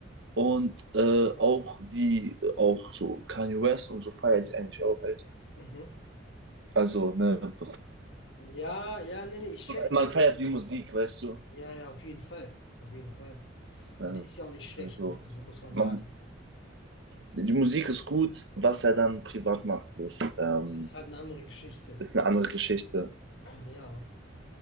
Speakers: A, on the right (about 60°); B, on the left (about 60°).
A: Und äh, auch die, auch so Kanye West und so feiere ich eigentlich auch echt.
B: Mhm.
A: Also, ne, <laughs>
B: Ja, ja, nee, nee, ich check
A: man
B: schon.
A: feiert die Musik, weißt du?
B: Ja, ja, auf jeden Fall. Auf jeden Fall.
A: Ja,
B: Ja, der ist ja auch nicht schlecht,
A: also
B: ne? Also muss man
A: man,
B: sagen.
A: die Musik ist gut, was er dann privat macht, ist, ähm,
B: Ja, Ist halt eine andere Geschichte.
A: ist eine andere Geschichte.
B: Ja.